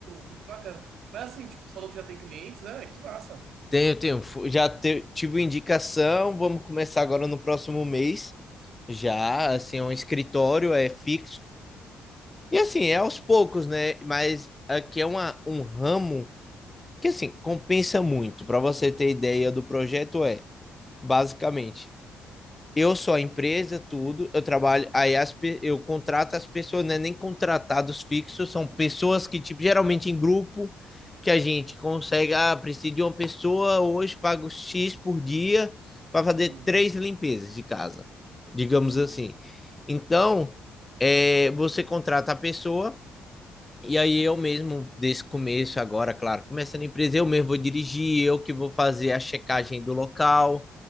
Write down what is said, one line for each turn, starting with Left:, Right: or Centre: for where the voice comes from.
Right: muito bacana. Mas assim, tipo, tu falou que já tem clientes, é, que massa.
Left: Tenho, tenho. Fu- Já te- tive indicação, vamos começar agora no próximo mês. Já, assim, é um escritório, é fixo. E assim, é aos poucos, né? Mas aqui é uma, um ramo que, assim, compensa muito. Para você ter ideia do projeto, é, basicamente. Eu sou a empresa, tudo. Eu trabalho. Aí as, eu contrato as pessoas, não é nem contratados fixos, são pessoas que, tipo, geralmente em grupo, que a gente consegue. Ah, preciso de uma pessoa hoje, pago X por dia para fazer
Right: Uhum,
Left: três limpezas de casa, digamos
Right: sim.
Left: assim. Então, é, você contrata a pessoa. E aí eu mesmo, desse começo agora, claro, começando a empresa, eu mesmo vou dirigir, eu que vou fazer a checagem do local.